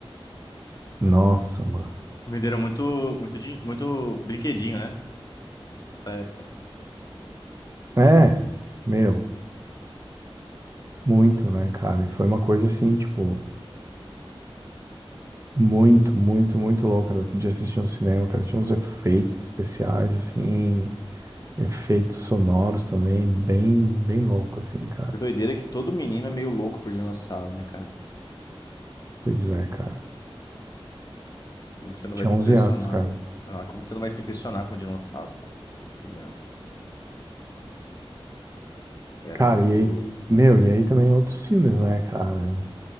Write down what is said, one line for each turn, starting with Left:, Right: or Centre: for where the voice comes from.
Right: Nossa, mano.
Left: venderam muito, muito, din- muito brinquedinho, né? Nessa época.
Right: É, meu, muito, né, cara? E foi uma coisa assim, tipo, muito, muito, muito louca de assistir no cinema, cara. Tinha uns efeitos especiais, assim, efeitos sonoros também, bem, bem louco, assim, cara.
Left: Doideira que todo menino é meio louco por dinossauro, né, cara?
Right: Pois é, cara.
Left: Como que você não
Right: Tinha
Left: vai se
Right: 11
Left: impressionar?
Right: anos, cara.
Left: Ah, Como que você não vai se impressionar com dinossauro, cara? Sendo criança. Era
Right: Cara,
Left: muito.
Right: e aí, meu, e aí também outros filmes, né, cara,